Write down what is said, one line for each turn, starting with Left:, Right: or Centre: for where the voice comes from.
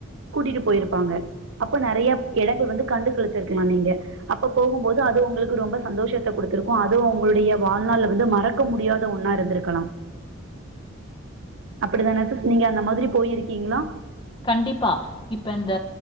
Right: கூட்டிட்டு போயிருப்பாங்க அப்ப நறைய இடங்கள் வந்து கண்டு களிச்சிருக்கலா நீங்க அப்ப போகும்போது அது உங்களுக்கு ரொம்ப சந்தோஷத்த குடுத்திருக்கு அது உங்களுடைய வாழ்நாள் வந்து மறக் க முடியாத ஒண்ணா இருந்திருக்கலா அப்புடித்தான சிஸ் நீங்க அந்த மாதிரி போயிருக்கீங்களா
Left: கண்டிப்பா இப்ப இந்த